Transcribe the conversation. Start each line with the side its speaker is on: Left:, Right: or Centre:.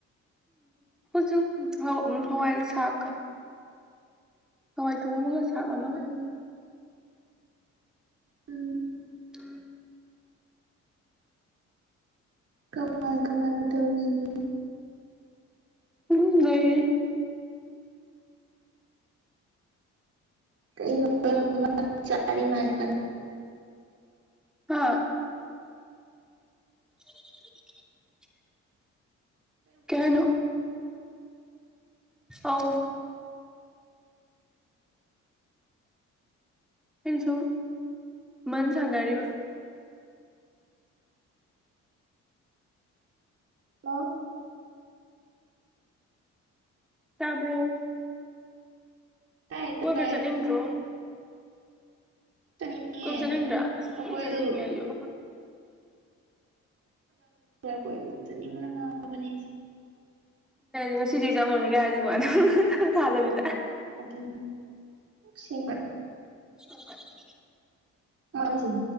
Centre: ꯎꯝ <unintelligible> ꯍꯋꯥꯏ ꯁꯥꯛꯀ ꯍꯋꯥꯏ ꯊꯣꯡꯕꯒ
Right: ꯎꯝ
Centre: <unintelligible>
Right: ꯎꯝ
Centre: ꯎꯝ
Right: ꯀꯃ ꯀꯃꯥꯏ ꯀꯃꯥꯏꯕꯨ ꯇꯧꯔꯤꯅꯤ
Centre: ꯎꯝ ꯂꯩꯔꯤ
Right: <inaudible> ꯆ <unintelligible> ꯃꯥ <inaudible> ꯀ
Centre: ꯍꯥ <inaudible> ꯀꯩꯍꯥꯏꯅꯣ ꯑꯧ ꯑꯩꯅ ꯁꯨꯝ ꯃꯟ ꯁꯥꯟꯅꯔꯤꯕ
Right: ꯑ
Centre: ꯇꯥꯕ꯭ꯔꯣ
Right: ꯇꯥꯏ
Centre: ꯀꯣꯏ
Right: ꯇꯥꯏ
Centre: ꯕ ꯆꯅꯤꯡ ꯗꯔꯣ
Right: ꯆꯠꯅꯤꯡꯉꯦ
Centre: ꯀꯨꯏꯕ ꯆꯅꯤꯡꯗ꯭ꯔꯥ ꯑꯁ
Right: ꯑꯩꯈꯣꯏꯗꯣ
Centre: ꯀꯨꯏ ꯆꯅꯤꯡꯉꯦ ꯑꯩꯁꯨ
Right: ꯀꯣꯏꯕ ꯆꯅꯤꯅ ꯉꯥꯎꯕꯅꯤ
Centre: ꯉꯁꯤꯁꯦꯖ ꯌꯥꯝ ꯂ ꯀꯥꯏꯔꯗꯤ ꯅꯨꯡꯉꯥꯏꯅ ꯊꯥꯗꯕꯤꯗ
Right: ꯑꯗꯨ ꯁꯤ
Centre: ꯎ <inaudible>
Right: ꯃꯥꯡꯁꯤꯟ